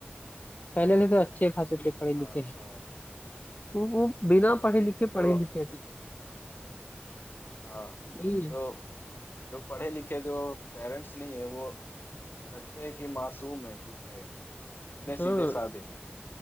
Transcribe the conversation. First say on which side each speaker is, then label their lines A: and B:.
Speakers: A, on the left; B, on the left.
A: पहले वाले तो अच्छे खासे थे पढ़े लिखे
B: हाँ हाँ भाई
A: वो वो बिना पढ़े
B: भाई,
A: लिखे
B: जो
A: पढ़े लिखे थे
B: हाँ
A: यही है
B: जो जो पढ़े लिखे जो पेरेंट्स नहीं है वो लगते हैं कि मासूम है कितने इतने सीधे
A: हाँ
B: साधे हैं